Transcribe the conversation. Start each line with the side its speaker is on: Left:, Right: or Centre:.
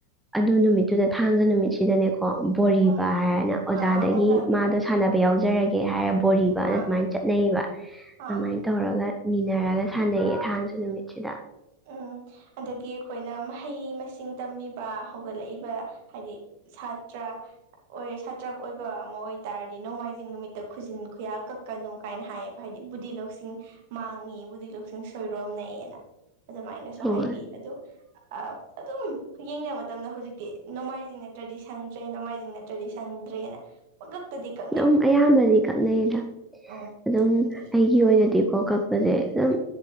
Centre: ꯑꯗꯨ ꯅꯨꯃꯤꯠꯇꯨꯗ ꯊꯥꯡꯖ ꯅꯨꯃꯤꯠꯁꯤꯗꯅꯦꯀꯣ ꯕꯣꯔꯤꯕ
Right: ꯎꯝ
Centre: ꯍꯥꯏꯔꯅ ꯑꯣꯖꯥꯗꯒꯤ
Right: ꯑꯥ ꯑꯥ ꯑꯣꯖꯥ
Centre: ꯃꯥꯗꯣ
Right: ꯑꯥ
Centre: ꯁꯥꯟꯅꯕ ꯌꯥꯎꯖꯔꯛ ꯒꯦ ꯍꯥꯏꯔ ꯕꯣꯔꯤꯕꯅ
Right: ꯑꯥ
Centre: ꯑꯗꯨꯃꯥꯏꯟ ꯆꯠꯅꯩꯑꯕ
Right: ꯑꯥ
Centre: ꯑꯗꯨꯃꯥꯏꯟ ꯇꯧꯔꯒ ꯅꯤꯅꯔꯒ ꯁꯥꯟꯅꯩꯌꯦ ꯊꯥꯡꯖ ꯅꯨꯃꯤꯠꯁꯤꯗ
Right: ꯎꯝ ꯑꯗꯒꯤ ꯑꯈꯣꯏꯅ ꯃꯍꯩ ꯃꯁꯤꯡ ꯇꯝꯃꯤꯕ ꯍꯧꯒꯠꯂꯛꯏꯕ ꯍꯥꯏꯗꯤ ꯁꯥꯇ꯭ꯔ ꯑꯣꯏ ꯁꯥꯇ꯭ꯔ ꯑꯣꯏꯕ ꯑꯃ ꯑꯣꯏꯇꯥꯔꯗꯤ ꯅꯣꯡꯃꯥꯏꯖꯤꯡ ꯅꯨꯃꯤꯠꯇ ꯈꯨꯖꯤꯟ ꯈꯨꯌꯥ ꯀꯛꯀꯅꯨ ꯀꯥꯏꯅ ꯍꯥꯏꯌꯦꯕ ꯍꯥꯏꯗꯤ ꯕꯨꯙꯤ ꯂꯧꯁꯤꯡ ꯃꯥꯡꯉꯤ ꯕꯨꯙꯤ ꯂꯧꯁꯤꯡ ꯁꯣꯏꯔꯣꯝꯅꯩꯑꯅ ꯑꯗꯨꯃꯥꯏꯅꯁꯨ
Centre: ꯍꯣꯏ
Right: ꯍꯥꯏꯕꯤ ꯑꯗꯣ ꯑ ꯑꯗꯨꯝ ꯌꯦꯡꯅ ꯃꯇꯝꯗ ꯍꯧꯖꯤꯛꯇꯤ ꯅꯣꯡꯃꯥꯏꯖꯤꯡ ꯅꯠꯇ꯭ꯔꯗꯤ ꯁꯪꯗ꯭ꯔꯦ ꯅꯣꯡꯃꯥꯏꯖꯤꯡ ꯅꯠ ꯇꯔ꯭ ꯗꯤ ꯁꯪꯗ꯭ꯔꯦꯅ ꯄꯪꯀꯛꯇꯗꯤ ꯀꯛ
Centre: ꯑꯗꯨꯝ ꯑꯌꯥꯝꯕꯗꯤ ꯀꯛꯅꯩꯌꯦꯗ
Right: ꯎꯝ
Centre: ꯑꯗꯨꯝ
Right: ꯑꯗꯨꯏꯁꯨ
Centre: ꯑꯩꯒꯤ ꯑꯣꯏꯅꯗꯤ ꯀꯣ ꯀꯛꯄꯖꯦ ꯑꯗꯨꯝ